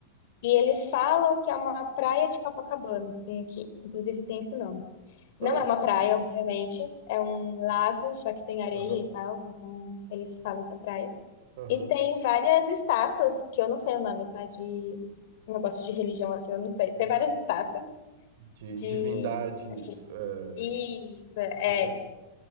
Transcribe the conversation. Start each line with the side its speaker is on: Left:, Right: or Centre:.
Left: e eles falam que é uma praia de Copacabana, que tem aqui. Inclusive tem esse nome. Não
Right: Ah,
Left: é uma praia,
Right: sim.
Left: obviamente, é um lago, só que tem areia
Right: Aham.
Left: e tal, então eles falam que é praia.
Right: Aham.
Left: E tem várias estátuas, que eu não sei o nome, tá? De negócio de religião, assim, eu não sei. Tem
Right: De,
Left: várias estátuas
Right: de
Left: de.
Right: divindades
Left: Acho que.
Right: eh,
Left: Isso, é.
Right: africanas.